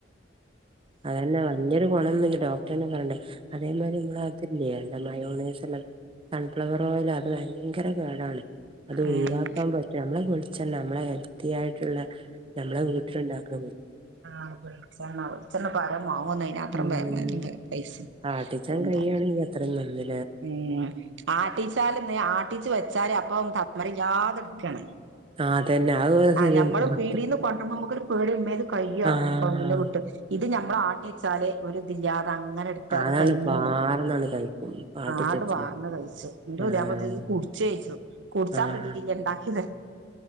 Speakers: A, on the right (about 30°); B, on the right (about 80°).
A: അതന്നെ വല്ല്യൊരു കൊണോന്നൂല്ല ഡോക്ടറെന്നെ പറഞ്ഞണ് അതേമാരി മ്മളെ ആതില്ല്യേ മയോണേഴ്സിള്ളെ സൺഫ്ലവറോയലാ അത് വയ്ങ്കര കേടാണ് അത് ഒഴിവാക്കാൻ
B: ഉം
A: പറ്റും നമ്മ്ളെ അച്ചൻ നമ്മളെ ഹെൽത്തി ആയിട്ടുള്ള നമ്മളെ വീട്ടിലുണ്ടാക്കണെ
B: ആ വെളിച്ചെണ്ണ വെളിച്ചെണ്ണപ്പം ആരേവാങ്ങോന്നെ അയിനാത്രം
A: ഉം
B: വെലല്ലെ പൈസ
A: ആട്ടിച്ചാൻ
B: എന്താ
A: കയ്യാണെ ഇനി അത്രം നന്ന്
B: ഉം ആട്ടിച്ചാല്ന്ന് ആട്ടിച്ചു വെച്ചാല് അപ്പൊ തമ്മറിക്കാതെട്ക്കാണ്
A: ആഹ് അതന്നെ അത്
B: ആ
A: ശരിയാണ്
B: ഞമ്മള് പീടീന്ന് കൊണ്ടോര്മ്പം മ്മക്കൊരു പേടി ഉമ്മേത് കയാ
A: ആഹ്
B: <unintelligible> വിട്ട് ഇത് ഞമ്മള് ആട്ടി വെച്ചാല് ഒരിതില്ലാതെ അങ്ങനെ ഇട്ത്ത്
A: അതാണ്
B: അത് കഴിഞ്ഞു
A: പാർന്നാണ് കഴിക്കും ആട്ടിച്ചെച്ചാ
B: ആണ്ട് വാർന്ന് കഴിച്ച് ഇന്റെുതെ
A: ആഹ്
B: പോലെത്തിത് കുടിച്ചേക്കു കുടിച്ചാ
A: ആഹ്
B: കിട്ടിട്ടില്ല ഉണ്ടാ ക്ക്ണ്